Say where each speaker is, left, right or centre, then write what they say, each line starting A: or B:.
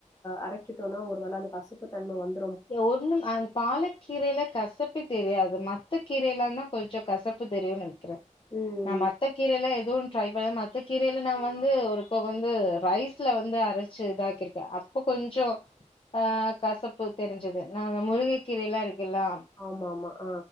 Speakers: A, on the left; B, on the left.
A: அரைச்சுடோனா கசப்பு தன்ம வந்து
B: எய ஒண்ணும் அன் பாலக்கீரைையில கசப் பே தெரியாது மத்த கீரையல்லா தா கொஞ்ச கசப்பு தெரியும்னு நென்க்கிறே
A: ம்
B: நா மத்த கீரைல்லா எ து ட்ரை பன மத்த கீரையில நா வந்து ஒரு க வந்து ரைஸ்ல வந்து அரைச்சு இதாக்கிருக்கே அப்ப கொஞ்ச அ கசப் பு தெரி்ஞ்சது நாங்க முருங்கை கீரல்லா இருக் க்கில்லா
A: ஆமா ஆமா ஆ